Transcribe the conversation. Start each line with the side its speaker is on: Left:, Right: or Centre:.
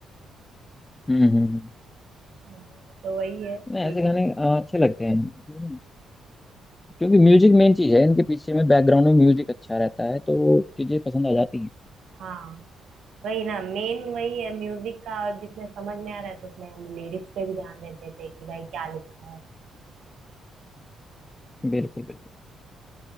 Left: हम्म हम्म हम्म।
Right: हाँ, तो वही है
Left: नहीं ऐसे
Right: एक
Left: गाने अ, अच्छे लगते हैं क्योंकि म्यूजिक मेन चीज है इनके पीछे में बैकग्राउंड में म्यूजिक अच्छा रहता है तो चीजें पसंद आ जाती हैं
Right: हाँ वही ना मेन वही है म्यूजिक का और जिसमें समझ में आ रहा है तो उसमें हम लिरिक्स पे भी ध्यान देते थे कि भाई क्या लिखा है
Left: बिल्कुल बिल्कुल